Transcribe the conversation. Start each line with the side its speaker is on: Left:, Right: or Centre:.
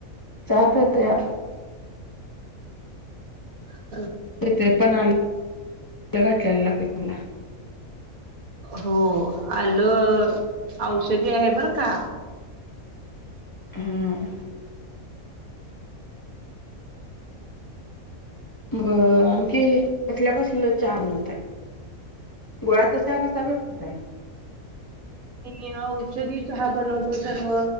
Left: चहाप य त्या
Right: हो
Left: ते पण आ घठल्याला लागते तुम्हाला
Right: हो आलं औषधी आहे बरं का
Left: हम्म ब आणखी कसल्या कसल चार नवतय गुळाचा चहा कसा बनवताय
Right: म औषधी चहा बनवतो सर्व